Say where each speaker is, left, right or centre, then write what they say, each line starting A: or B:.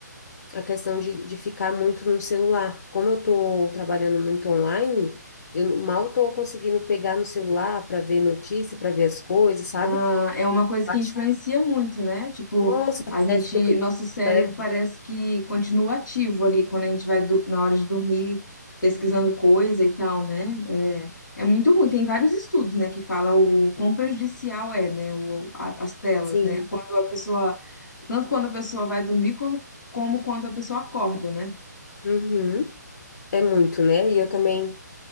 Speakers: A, on the left (about 55°); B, on the left (about 75°).
A: a questão de, de ficar muito no celular. Como eu estou trabalhando muito online, eu mal estou conseguindo pegar no celular para ver notícia, para ver as coisas, sabe?
B: Ah, é uma coisa
A: Eu
B: que
A: acho,
B: influencia muito, né? Tipo,
A: nossa,
B: a gente,
A: parece que eu estou
B: nosso cérebro
A: leve.
B: parece que continua ativo ali quando a gente vai do- na hora de dormir pesquisando coisa e tal, né? É, é muito ruim. Tem vários estudos, né, que fala o quão prejudicial é, né, o, a- as telas,
A: Sim.
B: né? Quando a pessoa, tanto quando a pessoa vai dormir, quando, como quando a pessoa acorda, né?
A: Uhum. É muito, né? E eu também.